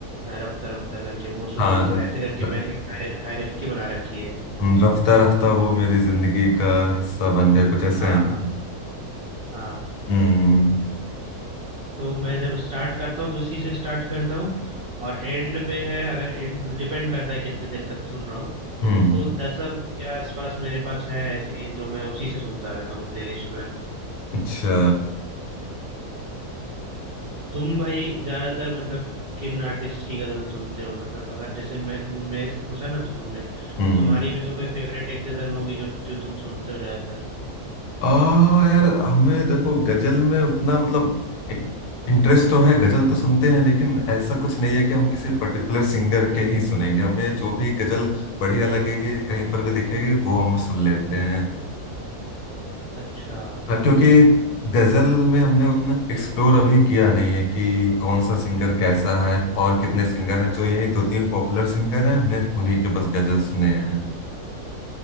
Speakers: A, on the right; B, on the left.
A: अ, रफ्ता रफ्ता करके वो सुनूंगा
B: हाँ र-
A: ऐसे करके
B: र-
A: मैंने एक हायरार्की बना रखी है
B: हम्म, रफ्ता रफ्ता वो मेरी जिंदगी का हिस्सा बन गया कुछ ऐसे
A: हाँ
B: हैं ना।
A: हाँ हाँ
B: हम्म
A: तो मैं जब स्टार्ट करता हूँ तो इसी से स्टार्ट करता हूँ और एंड पे है अगर एंड डिपेंड करता है कितने देर तक सुन रहा हूँ
B: हम्म
A: तो दशक के आसपास मेरे पास है ऐसे जो मैं उसी से सुनता रहता हूँ प्लेलिस्ट में
B: अच्छा
A: तुम भाई ज्यादातर मतलब किन आर्टिस्ट की गजल सुनते हो मतलब अगर जैसे मैं मेरे से पूछा ना तो तुमने
B: हम्म
A: तुम्हारी भी तो कोई फेवरेट एक गजल होगी जो जो तुम सुनते हो ज्यादातर
B: आ यार हमें देखो गजल में उतना मतलब इंटरेस्ट तो है गजल तो सुनते हैं लेकिन ऐसा कुछ नहीं है कि हम किसी पर्टिकुलर सिंगर के ही सुनेंगे हमें जो भी गजल बढ़िया लगेगी कहीं पर भी दिखेगी वो हम सुन लेते हैं
A: अच्छा
B: हाँ क्योंकि गजल में हमने उतना एक्सप्लोर अभी किया नहीं है कि कौन सा सिंगर कैसा है और कितने सिंगर हैं जो यही दो तीन पॉपुलर सिंगर हैं हमने उन्हीं के बस गजल सुने हैं